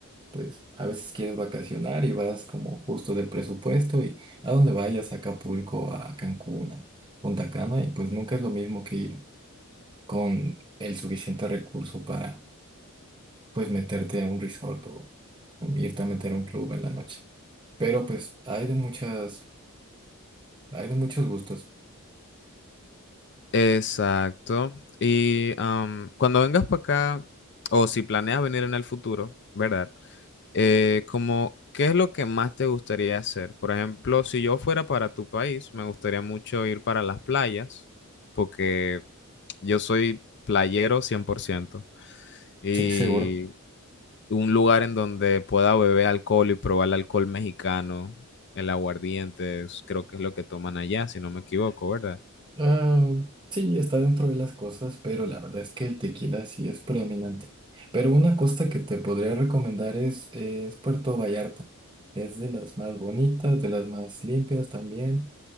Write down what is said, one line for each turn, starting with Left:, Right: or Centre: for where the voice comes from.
Right: pues a veces quieres vacacionar y vas como justo de presupuesto y a donde vayas, a Acapulco, a Cancún, a Punta Cana, y pues nunca es lo mismo que ir con el suficiente recurso para pues meterte a un resort o irte a meter a un club en la noche. Pero pues hay de muchas, hay de muchos gustos.
Left: Exacto. Y am, cuando vengas para acá, o si planeas venir en el futuro, ¿verdad? Eh, como, ¿qué es lo que más te gustaría hacer? Por ejemplo, si yo fuera para tu país, me gustaría mucho ir para las playas, porque yo soy playero 100% y
Right: Sí, seguro.
Left: un lugar en donde pueda beber alcohol y probar el alcohol mexicano, el aguardiente, es- creo que es lo que toman allá, si no me equivoco, ¿verdad?
Right: Ah, sí, está dentro de las cosas, pero la verdad es que el tequila sí es predominante. Pero una costa que te podría recomendar es, es Puerto Vallarta. Es de las más bonitas, de las más limpias también.